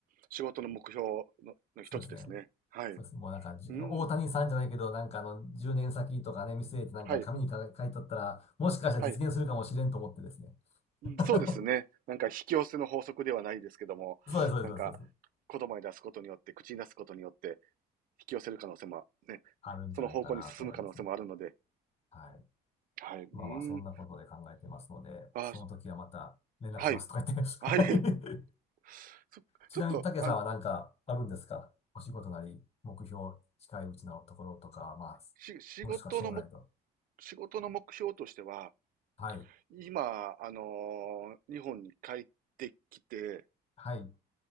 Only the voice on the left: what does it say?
そうですね。
そうですね。もうなんか、じゅ大谷さんじゃないけど、
なんかあの、10年先とかね、見据えてなんか紙に書い書いとったら、
もしかしたら実現するかもしれんと思ってですね。
<laughs>
そうです、そうです、
そうです。そうです
あるんじゃないかなと思いますね。
はい。
まあまあ、そんなことで考えてますので、
その時はまた連絡しますとか言って。
<laughs> はい
ちなみに、竹さんはなんかあるんですかお仕事なり、
目標、近いうちのところとか、まあ、
もしくは将来と。
はい。
はい。